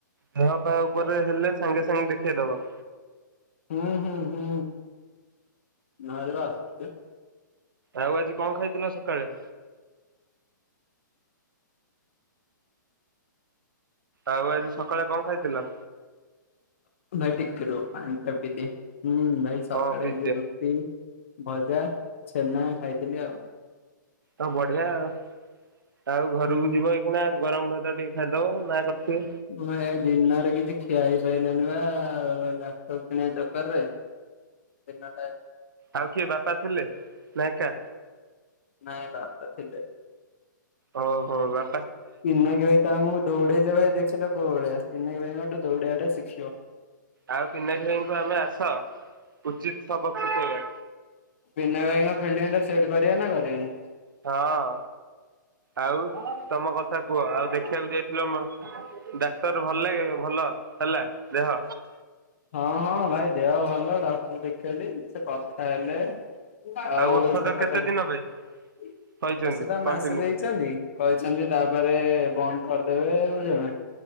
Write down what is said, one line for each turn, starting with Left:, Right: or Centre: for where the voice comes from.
Right: ଦେହ ପା ଉପରେ ହେଲେ ସାଙ୍ଗେ ସାଙ୍ଗେ ଦେଖେଇଦବ।
Left: ହୁଁ -ହୁଁ- ହୁଁ ନହଲେ ପା ଅସୁବିଧା।
Right: ଆଉ ଆଜି କଣ ଖାଇଥିଲ ସକାଳେ? ଆଉ ଆଜି ସକାଳେ କଣ ଖାଇଥିଲ?
Left: ଭାଇ ଟିକେ ରୁହ ପାଣି ଟା ପି ଦିଏ ହୁଁ ଭାଇ ସକାଳେ
Right: ହଁ ପିଜା
Left: ଆଜି ରୁଟ୍ ରୁଟି, ଭଜା, ଛେନା ଖାଇଥିଲି ଆଉ।
Right: ତ ବଢିଆ ଆଉ- ଆଉ ଘରକୁ
Left: ହୁଁ।
Right: ଯିବ ଏଇ ଖଣା ଗରମ ଭାତ ଟିକେ ଖାଇଦବ ମା କରିଥିବେ।
Left: ନା ଏ ଦିନରେ କିଛି ଖିଆ ହେଇ ପାରିଲାନି ବା ଲାପଟପ୍ କିଣିବା ଚକର୍ ରେ। ଦିନଟା
Right: ଆଉ କିଏ ବାପା ଥିଲେ ନା ଏକା?
Left: ନାଇଁ ବାପା ଥିଲେ।
Right: ଓ ହୋ ବା
Left: ପିନାକ୍ ଭାଇ ତା <unintelligible> ଦୌଡେଇଲେ ଭାଇ ଦେଖିଲ କଉ ଭଳିଆ ପିନାକ୍ ଭାଇଙ୍କଠୁ ଦୌଡିବାଟା ଶିଖିବ।
Right: ଆଉ ପନାକ୍ ଭାଇଙ୍କୁ ଆମେ ଆସ ଉଚିତ୍ ସବକ୍ ଶିଖେଇବା।
Left: ପିନା ଭାଇଙ୍କ ଫିଲଡିଙ୍ଗ୍ ଟା ସେଟ୍ କରିବା ନା କରିବାନି?
Right: ହଁ, ଆଉ ତମ କଥା କୁହ ଆଉ ଦେଖିବାକୁ ଯାଇଥିଲ ମ ଡାକ୍ତର ଭଲ ଲାଗେ ଭଲ ହେଲା ଦେହ।
Left: ହଁ-ହଁ, ଭାଇ ଦେହ ଭଲ ଡକ୍ଟର ଦେଖେଇଲି ସେ କଥା ହେଲେ। ଆଉ
Right: ଔଷଧ
Left: ସେ କଥା
Right: କେତେ
Left: ହେଇକି
Right: ଦିନ ପାଇଁ କହିଛନ୍ତି
Left: ଔଷଧ
Right: କଣ୍ଟିନ୍ୟୁ
Left: ମାସେ ଦେଇଛନ୍ତି।
Right: କରିବେ
Left: କହିଛନ୍ତି ତାପରେ ବନ୍ଦ କରିଦେବେ ବୁଝିଲ ନା